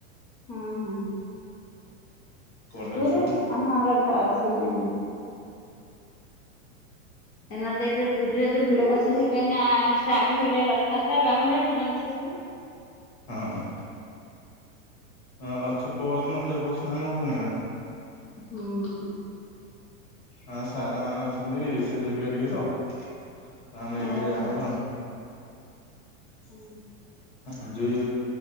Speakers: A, on the left; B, on the left.
A: ହୁଁ ହୁଁ।
B: ପଳେଇ
A: ପୁରୀ
B: ଆସିବୁ ହୁଁ
A: ହ ଅଛି ନାହି- ଏମତ ଏରେ ପୁର ରେ ତ ଭିଡ କଷି ହେବେ ନା ଷ୍ଟାର୍ଟ ହେଇଗଲା ରଥଯାତ୍ରା ବାହୁଡା ସୁନା ବଷା ସବୁ
B: ହଁ ହଁ। ହଁ ଅଛି ପରଦିନ ଦେବସ୍ନାନ ପୂର୍ଣିମା
A: ହୁଁ।
B: ହଁ ସାର୍ ମାନେ ଅଛନ୍ତି ସେ ଯିବେ ଟିକେ ତ ତା ନେଇକି
A: ଓହୋ।
B: ଯାହାହବ।
A: ହୁଁ ହୁଁ।
B: ଆଜି